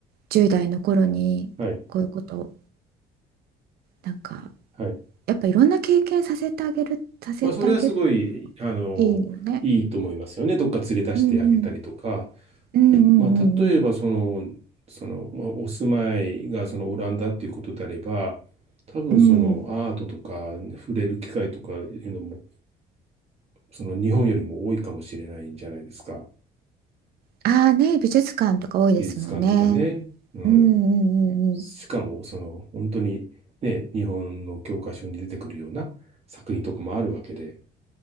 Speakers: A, on the right; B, on the right.
A: 10代の頃にこういうこと、
B: はい。
A: なんか、
B: はい。
A: やっぱいろんな経験させてあげる、させてあげる
B: まあ、それはすごい、あの、
A: いいよね。
B: いいと思いますよね。どっか連れ出してあげたりとか。
A: うんうんうんうん
B: まあ、例えばその、その、まあ、お住まいがそのオランダっていうことであれば、多分そのアートとか触れる機会とかいうのも、
A: うんうんうん
B: その日本よりも多いかもしれないんじゃないですか。
A: ああーね、美術館とか多いですもんね。
B: 美術館とかね。うん。
A: うんうんうんうん
B: しかもその本当にね、日本の教科書に出てくるような作品とかもあるわけで。